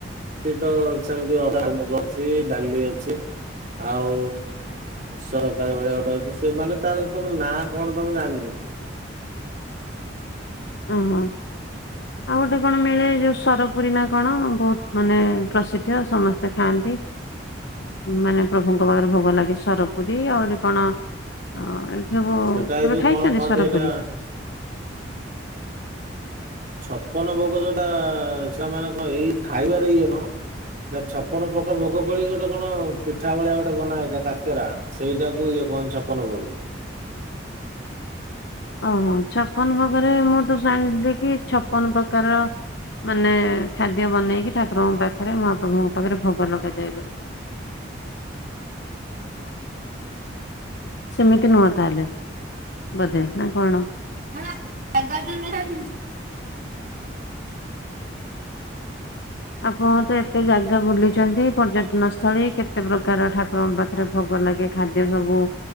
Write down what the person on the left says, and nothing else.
ଅଁ, ହଁ। ଆଉ ଗୋଟେ କଣ ମିଳେ ଯୋଉ ସରପୁରୀ ନା କଣ ବହୁତ ମାନେ ପ୍ରସିଦ୍ଧ ସମସ୍ତେ ଖାଆନ୍ତି। ମାନେ ପ୍ରଭୁଙ୍କ ପାଖରେ ଭୋଗ ଲାଗେ ସରପୁରୀ ଆହୁରି କଣ ହଁ ଏମିତି ସବୁ
କେବେ
ଖାଇଛନ୍ତି
ସୋରପୁରୀ?
ଓହୋ! ଛପନ ଭୋଗରେ ମୁଁ ତ ଜାଣଥିଲି କି ଛପନ ପ୍ରକାର ର ମାନେ ଖାଦ୍ୟ ବନେଇକି ଠାକୁରଙ୍କ ପାଖରେ ମହାପ୍ରଭୁଙ୍କ ପାଖରେ ଭୋଗ ଲଗାଯାଏ ବୋଲି। ସେମିତି ନୁହଁ ତାହେଲେ ବୋଧେ ନା କଣ?
ଆପଣ ତ ଏତେ ଜାଗା ବୁଲିଛନ୍ତି ପର୍ଯ୍ୟଟନ ସ୍ଥଳୀ କେତେ ପ୍ରକାର ଠାକ ରଙ୍କ ପାଖରେ ଭୋଗ ଲାଗେ ଖାଦ୍ୟ ସବୁ